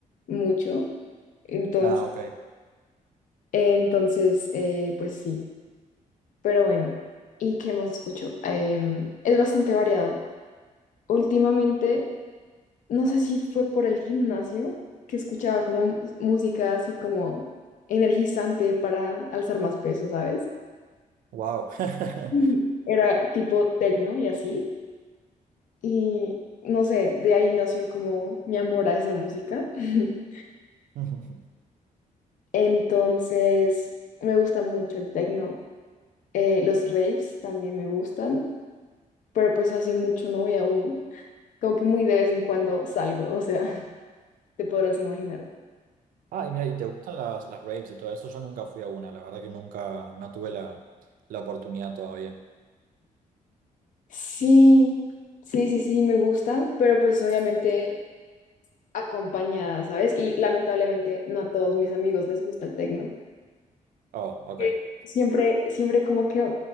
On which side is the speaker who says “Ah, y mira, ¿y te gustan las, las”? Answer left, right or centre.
Right